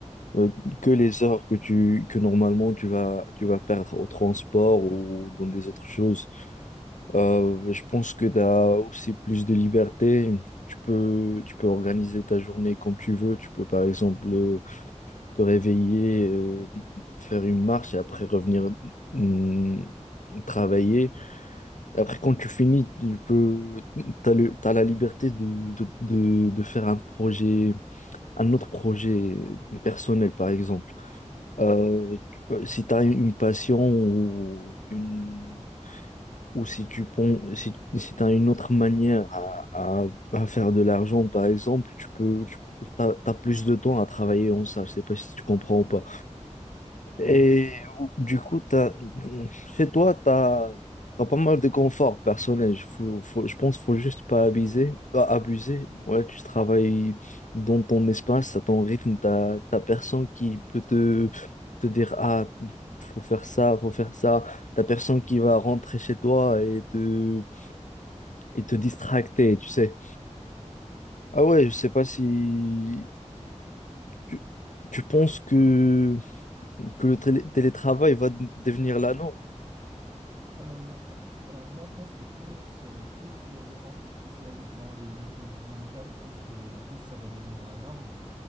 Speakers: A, on the left; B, on the right.
A: euh, que les heures que tu, que normalement tu vas, tu vas perdre au transport ou dans des autres choses. Euh, je pense que tu as aussi plus de liberté. Tu peux, tu peux organiser ta journée comme tu veux. Tu peux, par exemple, euh, te réveiller, euh, faire une marche et après revenir hum, travailler. Et après, quand tu finis, tu peux, t'as le, t'as la liberté de, de, de, de faire un projet, un autre projet personnel, par exemple. Euh, tu si tu as une passion ou une ou si tu pon- si, si t'as une autre manière à, à- à faire de l'argent, par exemple, tu peux, tu as plus de temps à travailler en ça. Je sais pas si tu comprends ou pas.
B: Ouais.
A: Et du coup, t'as, chez toi, tu as, pas mal de confort personnel. Je faut, faut- je pense qu'il faut juste pas abuser. Pas abuser. Ouais, tu travailles dans ton espace, à ton rythme. Tu n'as personne qui peut te, te dire, ah, faut faire ça, faut faire ça. t'as personne qui va rentrer chez toi et te, et te distracter, tu sais. Ah ouais, je sais pas si... Tu, tu penses que, que le télé- télétravail va devenir la norme?
B: Euh, euh, moi, je pense que plus, euh, plus euh, les gens se spécialisent dans les métiers du digital, plus que, plus ça va devenir la norme.